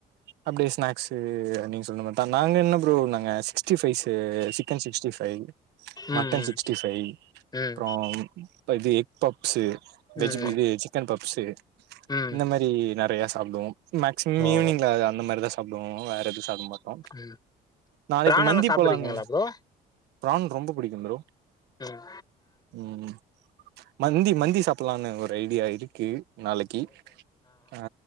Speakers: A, on the right; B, on the left.
A: அப்டியே ஸ்னாக்ஸு நீங்க சொன்ன மார்தா நாங்க என்ன ப்ரோ நாங்க sixty five chicken sixty five
B: ம்
A: mutton சிக்ஸ்டி ஃபை
B: ம்
A: அப்றோ பதி எக் பப் ஸு வெஜு
B: ம் ம்
A: பிது சிக்கன் பப் ஸு
B: ம்
A: இந்த மாரி ந றைய சாப்டுவோ மேக்சிமம்
B: ஓ
A: ஈவ்னிங்ல அது அந்த மாரி தா சாப் டுவோ வேற எது சாப்ட மாட் டோ
B: ம்
A: நாளைக்கு
B: பிராணல்லா
A: மந்தி
B: சாப்ட்டுருக்கீங்களா
A: போலாங்க
B: ப்ரோ
A: ப்ரான் ரொம்ப பிடிக்கும் ப்ரோ
B: ம்
A: ம் மந்தி மந்தி சாப்புல்லான்னு ஒரு ஐடியா இருக்கு நாளக்கி ஆ